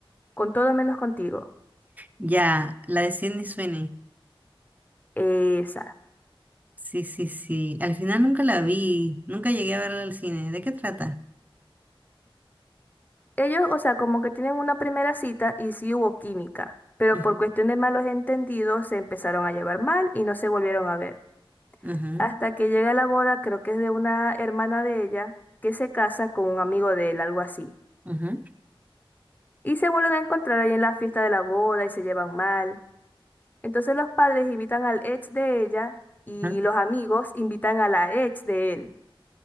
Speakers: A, on the left (about 20°); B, on the right (about 15°).
A: Con todo menos contigo.
B: Ya, la de Sydney Sweeney.
A: Esa.
B: Sí, sí, sí. Al final nunca la vi, nunca llegué a verla al cine. ¿De qué trata?
A: Ellos, o sea, como que tienen una primera cita y sí hubo química, pero
B: Ujú,
A: por cuestión de malos entendidos se empezaron a llevar mal y no se volvieron a ver.
B: ujú,
A: Hasta que llega la boda, creo que es de una hermana de ella, que se casa con un amigo de él, algo así.
B: ujú,
A: Y se vuelven a encontrar ahí en la fiesta de la boda y se llevan mal. Entonces los padres invitan al ex de ella y
B: ujú,
A: los amigos invitan a la ex de él.